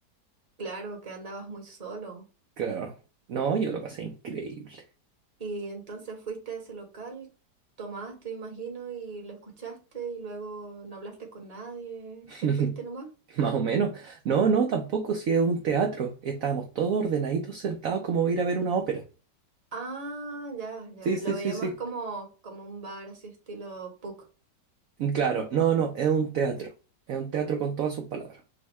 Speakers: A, on the right; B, on the right.
A: Claro que andabas muy solo.
B: claro. No, yo lo pasé increíble.
A: Y entonces fuiste a ese local, tomaste, imagino, y lo escuchaste y luego no hablaste con nadie,
B: <laughs> <laughs>
A: te fuiste nomás.
B: Más o menos. No, no, tampoco si es un teatro. Estábamos todos ordenaditos sentados como ir a ver una ópera.
A: Ah, ya, ya.
B: Sí, sí,
A: Lo veía
B: sí, sí.
A: más como, como un bar así estilo pub.
B: Claro, no, no, es un teatro. Es un teatro con todas sus palabras,